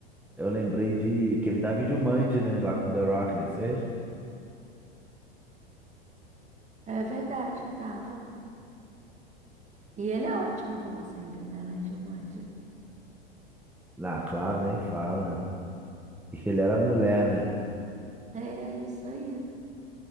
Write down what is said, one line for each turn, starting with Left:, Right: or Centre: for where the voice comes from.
Centre: Eu lembrei de que ele tá Videomand, né? Lá com o The Rock, né? Isso mesmo?
Right: É verdade, tava. E ele é ótimo, como sempre, né, Lange Manja?
Centre: Lá, claro, nem fala. <laughs> E ele era mulher, né?
Right: É, é isso aí.